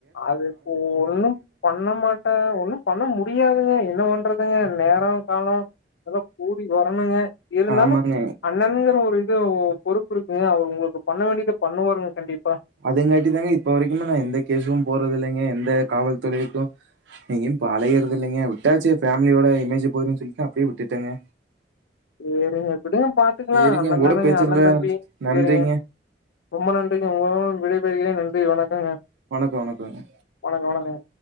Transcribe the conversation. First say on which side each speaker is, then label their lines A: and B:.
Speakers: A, on the left; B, on the right.
A: அதுக்கோரு பண்ண மாட்டாங்க ஒண்ணு பண்ண முடியாதுங்க என்ன பண்றதுங்க நேரோ காவோ இதல்லா கூடி வரணுங்க இருந்தாலு
B: ஆமாங்க
A: அண் ணனுங்ர ஒரு இது பொறுப்பு இருக்குங்க அவர் உங்களுக்கு பண்ண வேண்டியத பண்ணுவாருங்க கண்டிப்பா
B: அதுங்காட்டி தாங்க இப்ப வரைக்குமே நா எந்த கேசுமே போட்றது இல்லைங்க எந்த காவல்துறைக்கு எங்கையு இப்ப அலையறது இல்லைங்க விட்டாச்சு ஃபேமிலியோட இமேஜ் பொய்ட்னு சொல்லிட்டு அப்பிடியே விட்டுட்டங்க
A: சேரிங்க விடுங்க பாத்துக்கலா
B: சரிங்க
A: அண்ண
B: உங்க
A: தானுங்க
B: கூட பேச்சல
A: அண்ண தம்பி
B: நன்றிங்க
A: செரிங்க ரொம்ப நன்றிங்க உங்களோட விடைபெறுகிறே நன்றி வணக்கங்க
B: வணக்கம் வணக்கங்க
A: வணக்க வணக்கங்க